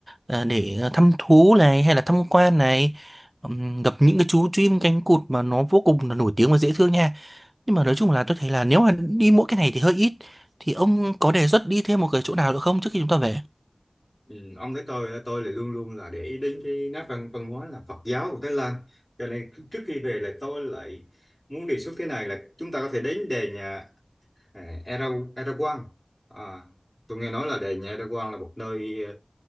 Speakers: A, on the right; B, in the centre.
A: ờ, để ờ, thăm thú này hay là tham quan này ừm, gặp những cái chú chim cánh cụt mà nó vô cùng là nổi tiếng và dễ thương nha nhưng mà nói chung là tôi thấy là nếu mà đi mỗi cái này thì hơi ít thì ông có đề xuất đi thêm một cái chỗ nào nữa không trước khi chúng ta về?
B: ừ, ông thấy tôi là tôi là luôn luôn là để ý đến cái nét văn văn hóa là Phật giáo của Thái Lan cho nên trước khi về là tôi lại muốn đề xuất thế này là chúng ta có thể đến đền nhà À, Erdo- Erdogan à, tôi nghe nói là đền nhà Erdogan là một nơi ờ,